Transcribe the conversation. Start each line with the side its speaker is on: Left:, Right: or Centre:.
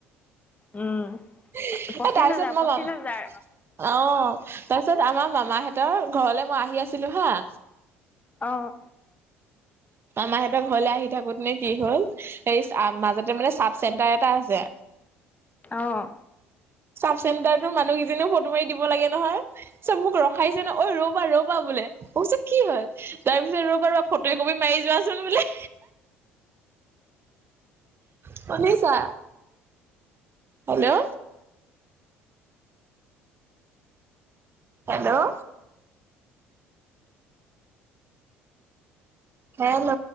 Left: উম-
Right: এ
Left: পঁচিশ
Right: তাৰপিছত
Left: হাজাৰ,
Right: মই
Left: পঁচিশ
Right: ম আঁহ,
Left: হাজাৰ।
Right: তাৰপিছত আমাৰ মামাহঁতৰ ঘৰলে মই আহি আছিলো হাঁ
Left: অ',
Right: মাহহঁত ঘৰলৈ আহি থাকোত নে কি হ'ল এই মাজতে মানে চাব চেণ্টাৰ এটা আছে
Left: অ'।
Right: চাব চেণ্টাৰো মানুহকেইজনীও ফটো মাৰি দিব লাগে নহয়ব মোক ৰখাইছে ন ঐ ৰ'বা ৰ'বা বোলে, অঁ কি হল তাৰ পিছত ৰবা ৰ ফটো কপি মাৰি যোৱাচোন বোলে, শুনিছা হেল্ল' হেল্ল' হেল্ল'